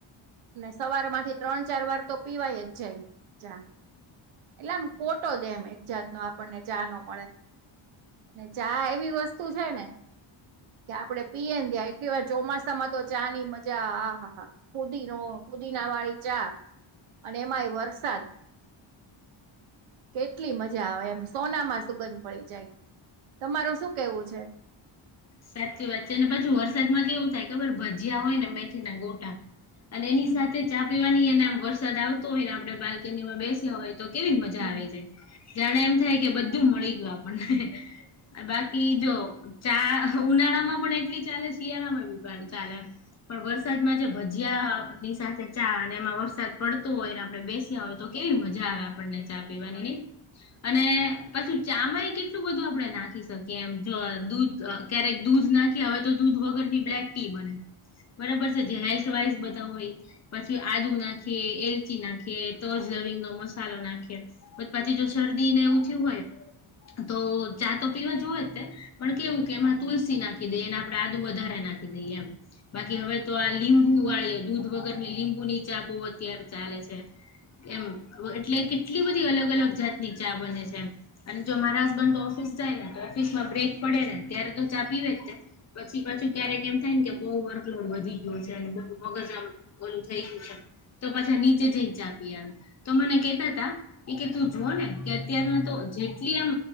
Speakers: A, on the right; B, on the left.
A: ને સવાર મા થી તો ત્રણ ચાર વાર તો પીવાયેજ જ ચા. એટલે આમ ખોટો દેમ એક જાત નો આપણને ચા ન મળે. ને ચા એવી વસ્તુ છે ને કે આપડે પીય ને ત્યા એટલી વાર ચોમાસામાં તો ચાની મજા હા હા પુધીનો પુધીના વાળી ચા અને એમાંય વરસાદ કેટલી મજા આવે એમ સોના માં સુગંધ પડી જાય. તમારું શું કેવું છે?
B: સાચી વાત છે અને પાછુ વરસાદમાં કેવું થાય ખબર ભજીયા હોય ને મેથી ના ગોટા અને એની
A: હમ
B: સાથે ચા પીવાની એને વરસાદ આવતો હોય ને આપડે બાલ્કનીમાં બેસ્યા હોય, તો કેવી મજા
A: હમ.
B: આવી જાય, જાણે એમ થાય કે બધું મળી ગયું આપણને. બાકી જો ચા ઉનાળામાં પણ એટલી ચાલે, શિયાળામાં ભી પણ ચાલે. પણ વરસાદમાં જે ભજીયાની સાથે ચા અને એમાં વરસાદ પડતો હોય ને આપડે બેસ્યા હોય તો કેવી મજા આવે આપણને ચા પિવાની નઈ? અને પછી ચામાય કેટલું બધું આપણે નાખી શકીએ એમ જો દૂધ અહ ક્યારેક દૂધ નાખી, હવે તો દૂધ વગરની બ્લેક ટી બને. બરાબર છે જે હેલ્થ વાઈઝ બધા હોય. પછી આદુ નાખીએ, એલચી નાખીએ, તજ લવિંગનો મસાલો નાખીએ તો પતી જો શરદી ને એવું થયું હોય તો ચા તો પીવા જોવે જ તે પણ કેવું કે એમાં તુલસી નાખી દઈએ અને આપડે આદું વધારે નાખી દઈએ એમ. બાકી હવે તો આ લીંબુ વાળી દૂધ વગરની લીંબુની ચા બહુ અત્યારે ચાલે છે. એમ એટલે કેટલી બધી અલગ અલગ જાતની ચા બને છે એમ. અને જો મારા હસબન્ડ તો ઓફિસ જાય ને તો ઓફિસમાં બ્રેક પડે ને ત્યારે તો ચા પીવે જ છે. પછી પાછું ક્યારેક એમ થાય ને કે બહુ વર્કલોડ વધી ગયો છે ને બહુ મગજ આમ ઓલું થઈ છે તો પાછા નીચે જઈ ને તો મને કેતા તા એ કે તું જોને કે અત્યાર નાતો જેટલી આમ